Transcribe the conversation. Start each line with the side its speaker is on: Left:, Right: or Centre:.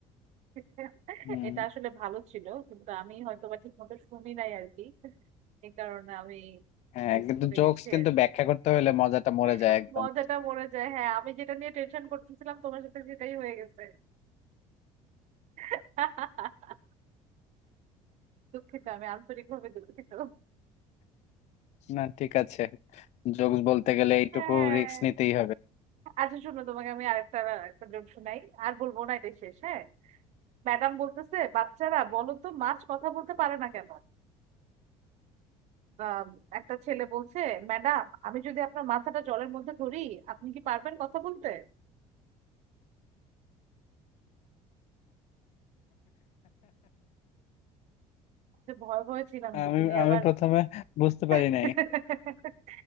Right: <laughs>
Left: হুম
Right: এটা আসলে ভালো ছিল কিন্তু আমি হয়তো বা ঠিক মতো শুনি নাই আর কি এই কারণে আমি
Left: হ্যাঁ
Right: মিস
Left: কিন্তু
Right: করে
Left: জোকস
Right: গেছি
Left: কিন্তু
Right: আর কি।
Left: ব্যাখ্যা করতে হলে মজাটা মরে
Right: <laughs>
Left: যায় একদম
Right: মজাটা মরে যায় হ্যাঁ আমি যেটা নিয়ে টেনশন করতেছিলাম তোমার সাথে সেটাই হয়ে গেছে <laughs> দুঃখিত আমি আন্তরিকভাবে দুঃখিত
Left: না ঠিক আছে জোকস বলতে গেলে এইটুকু
Right: হ্যাঁ
Left: রিস্ক নিতেই হবে
Right: আচ্ছা শোনো তোমাকে আমি আরেকটা একটা জোক শোনাই আর বলবো না এটা শেষ হ্যাঁ ম্যাডাম বলতেছে বাচ্চারা বলো তো মাছ কথা বলতে পারে না কেন আম, একটা ছেলে বলছে ম্যাডাম আমি যদি আপনার মাথাটা জলের মধ্যে ধরি আপনি কি পারবেন কথা বলতে যে ভয় ভয় ছিলাম যে
Left: আমি
Right: তুমি
Left: আমি
Right: আবার
Left: প্রথমে বুঝতে
Right: <laughs>
Left: পারি নাই